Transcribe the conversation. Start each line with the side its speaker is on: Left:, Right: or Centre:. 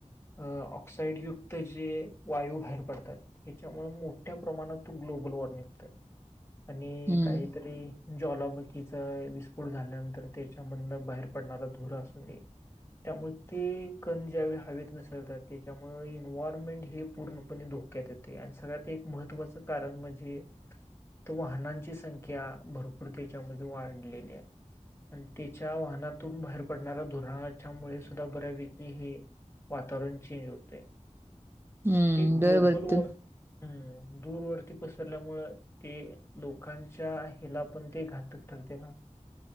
Left: अ ऑक्साइडयुक्त जे वायू बाहेर पडतात. त्याच्यामुळे मोठ्या प्रमाणात ग्लोबल वॉर्मिंग होत. आणि
Right: हम्म
Left: काहीतरी ज्वालामुखीचा विस्फोट झाल्यानंतर त्याच्यामधनं बाहेर पडणारा धुर असू दे. त्यामुळे ते कण ज्यावेळी हवेत मिसळतात, त्याच्यामुळे इन्व्हायरमेंट हे पूर्णपणे धोक यात येते आणि सगळ्यात एक महत्त्वाचं कारण म्हणजे तो वाहनांची संख्या भरपूर त्याच्यामध्ये वाढलेली आहे. आणि त्याच्या वाहनातून बाहेर पडणाऱ्या, धुराच्या मुळे सुद्धा बऱ्यापैकी हे वातावरण चेंज होते.
Right: हम्म
Left: ते ग्लोबल
Right: बरोबर
Left: वॉर.
Right: तू
Left: हम्, दूर वरती पसरल्यामुळ ते लोकांच्या हिला पण ते घातक ठरते ना.